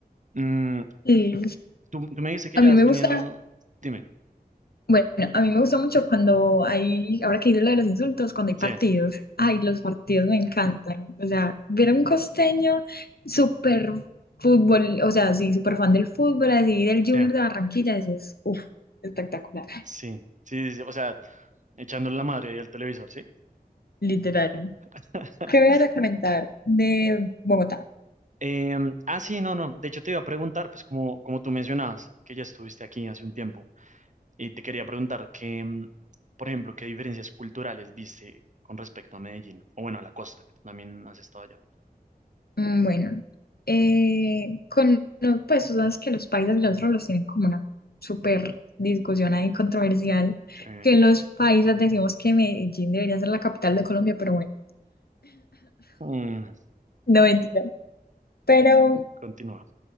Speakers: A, on the right (about 50°); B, on the left (about 75°).
A: Mm,
B: Sí.
A: tú, tú me dices que
B: a
A: ya
B: mí
A: has
B: me
A: venido,
B: gusta.
A: dime,
B: Bueno, a mí me gusta mucho cuando hay, ahora que hice lo de los insultos, cuando hay
A: sí,
B: partidos. Ay, los partidos me encantan. O sea, ver a un costeño súper fútbol, o sea, sí, súper fan del fútbol, así del
A: sí,
B: Junior de Barranquilla, eso es, uf, espectacular.
A: sí, sí, sí, sí, o sea, echándole la madre al televisor, ¿sí?
B: Literal.
A: <laughs>
B: ¿Qué me vas a comentar de Bogotá?
A: Em, ah, sí, no, no, de hecho te iba a preguntar, pues como, como tú mencionabas, que ya estuviste aquí hace un tiempo. Y te quería preguntar que, mm, por ejemplo, qué diferencias culturales viste con respecto a Medellín, o bueno, a la costa, que tú también has estado allá.
B: Mm, Bueno, eh, con lo- pues tú sabes que los paisas y los rolos tienen como una súper discusión ahí controversial,
A: Sí.
B: que los paisas decimos que Medellín debería ser la capital de Colombia, pero bueno,
A: Mm,
B: no mentira. Pero
A: continúa.